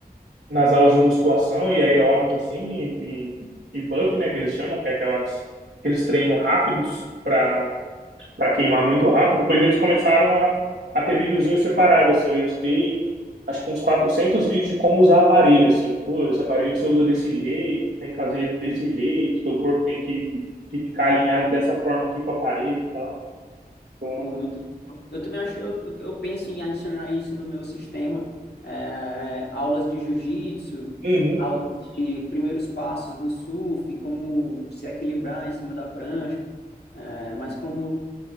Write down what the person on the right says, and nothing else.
nas aulas de musculação e aeróbico, assim, e, e, e bump, né, que eles chamam, que é aquelas, aqueles treinos rápidos para para queimar muito rápido. Depois eles começaram a, a ter videozinho separado, assim. Eu editei, acho que uns 400 vídeos de como usar aparelho, assim. Pô, esse aparelho você usa desse jeito, tem que fazer desse jeito, teu corpo tem que, que ficar alinhado dessa forma aqui com o aparelho e tal. Então,
uhum,